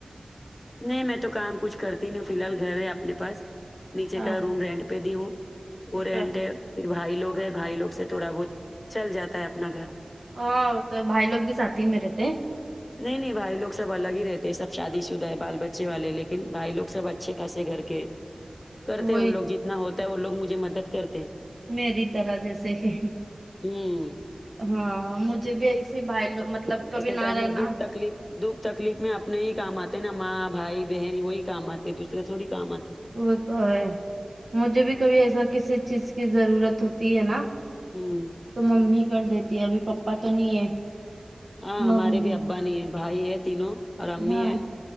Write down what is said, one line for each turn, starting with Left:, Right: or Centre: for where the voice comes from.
Left: نہیں میں تو کام کچھ کرتی نہیں ہوں فی الحال گھر ہے اپنے پاس نیچے
Right: ہاں
Left: کا روم رینٹ پے دی ہوں اور رنٹ
Right: تو
Left: پھر بھائی لوگ ہیں بھائی لوگ سے تھوڑا بہت چل جاتا ہے اپنا گھر
Right: ہاں تو بھائی لوگ بھی ساتھی ہی میں رہتے ہیں
Left: نہیں نہیں بھائی لوگ سب الگ ہی رہتے ہیں سب شادی شدہ ہے بال بچے والے لیکن بھائی لوگ سب اچھے خاصے گھر کے ہے کرتے
Right: وہی
Left: ہیں وہ لوگ جتنا ہوتا ہے وہ لوگ مجھے مدد کرتے ہیں
Right: میری طرح جیسے کہ
Left: ہوں
Right: ہاں مجھے بھی ایسیے بھائی لوگ مطلب کبھی
Left: ایسے
Right: نہ
Left: ٹائم
Right: رہنا
Left: میں دکھ تکلیف دکھ تکلیف میں اپنے ہی کام آتے نا ماں بھائی بہن وہی کام آتے دوسرے تھوڑی کام آتے
Right: وہ تو ہے مجھے بھی کبھی ایسا کسی چیز کی ضرورت ہوتی ہے نا
Left: ہمم
Right: تو ممی کر دیتی ہے ابھی پپا تو نہیں ہے
Left: ہاں
Right: ممی
Left: ہمارے بھی ابا نہیں ہے بھائی ہے تینوں اور امی
Right: ہاں
Left: ہے